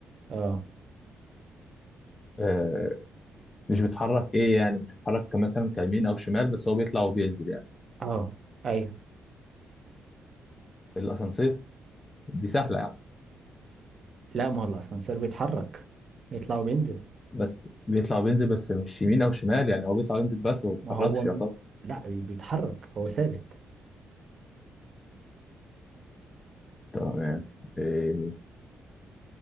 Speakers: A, on the right; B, on the left.
A: اه
B: آه مش بيتحرك إيه يعني مش بيتحرك كمثلا كيمين أو شمال بس هو بيطلع وبينزل يعني
A: اه ايوه
B: الأسانسير دي سهلة يعني
A: لا ما هو الاسانسير بيتحرك بيطلع وبينزل
B: بس بيطلع وبينزل بس مش يمين أو شمال يعني هو بيطلع وينزل بس ما بيتحركش
A: ما هو م...
B: يا طب
A: لا بيتحرك هو ثابت
B: تمام إيه